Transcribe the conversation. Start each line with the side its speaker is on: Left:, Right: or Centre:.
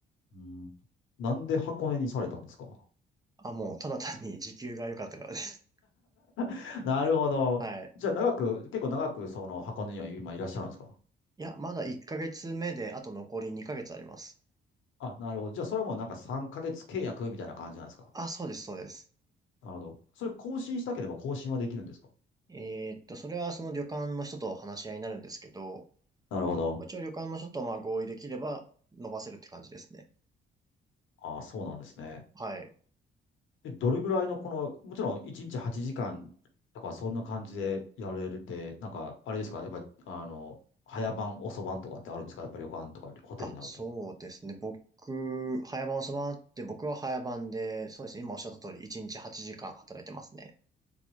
Left: うんなんで箱根にされたんですか
Right: あ、もうただ単に時給が良かったからです。
Left: <laughs> なるほど。
Right: はい。
Left: じゃあ、長く、結構長くその箱根には今いらっしゃるんですか
Right: いや、まだ1ヶ月目で、あと残り2ヶ月あります。
Left: あ、なるほど。じゃあ、それはもうなんか3ヶ月契約みたいな感じなんですか
Right: あ、そうです、そうです。
Left: なるほど。それ更新したければ更新はできるんですか
Right: えーっと、それはその旅館の人と話し合いになるんですけど、
Left: なるほど。
Right: まあ、一応旅館の人とまあ合意できれば伸ばせるって感じですね。
Left: ああ、そうなんですね。
Right: はい。
Left: え、どれぐらいのこの、もちろん1日8時間とかそんな感じでやれるって、なんかあれですか、やっぱりあの、早晩、遅晩とかってあるんですか、やっぱり旅館とかホテルになると。
Right: あ、そうですね。僕、早番を備わって、僕は早番で、そうですね。今おっしゃった通り、1日8時間働いてますね。